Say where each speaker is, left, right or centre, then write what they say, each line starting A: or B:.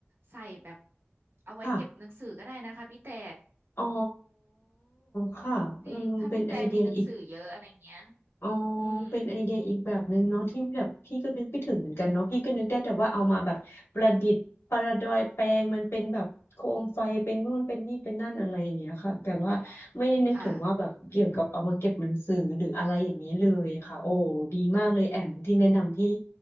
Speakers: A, on the right; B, on the left.
A: ใส่แบบเอาไว้เก็บหนังสือก็ได้นะคะพี่แต่
B: ค่ะอ๋อค่ะอืมเป็นไอเดียอีก
A: จริงถ้าพี่แต่มีหนังสือเยอะอะไรเงี้ย
B: อ๋อ
A: อืม
B: เป็นไอเดียอีกแบบหนึ่งเนาะที่แบบพี่ก็นึกไม่ถึงเหมือนกันเนาะพี่ก็นึกได้แต่ว่าเอามาแบบประดิษฐ์ประดอยแปลงมันเป็นแบบโคมไฟเป็นนู่นเป็นนี่เป็นนั่นอะไรอย่างเงี้ยค่ะแต่ว่าไม่ได้นึกถึงว่าแบบเกี่ยวกับเอามาเก็บหนังสือหรืออะไรอย่างนี้เลยค่ะโอ้ดีมากเลยแอมที่แนะนำพี่
A: ค่ะ